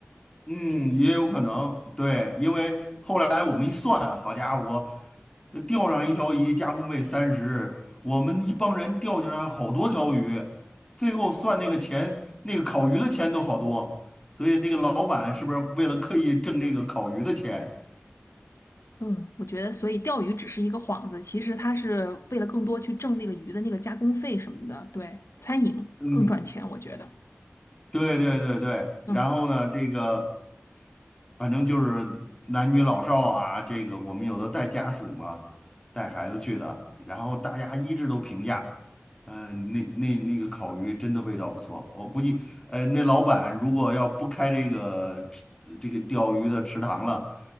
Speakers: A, on the left (about 15°); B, on the left (about 85°).
A: 嗯，也有可能，对，因为后来我们一算，好家伙，呃钓上一条鱼，加工费三十，我们一帮人钓起来好多条鱼，最后算那个钱，那个烤鱼的钱都好多，所以这个老板是不是为了刻意挣这个烤鱼的钱？
B: 嗯，我觉得，所以钓鱼只是一个幌子，其实它是为了更多去挣那个鱼的那个加工费什么的，对，餐饮更赚钱，
A: 嗯，
B: 我觉得。
A: 对对对对，然后呢，
B: 嗯
A: 这个。反正就是男女老少啊，这个我们有的带家属嘛，带孩子去的，然后大家一致都评价，嗯、那那那个烤鱼真的味道不错。我估计，呃，那老板如果要不开这个吃这个钓鱼的池塘了，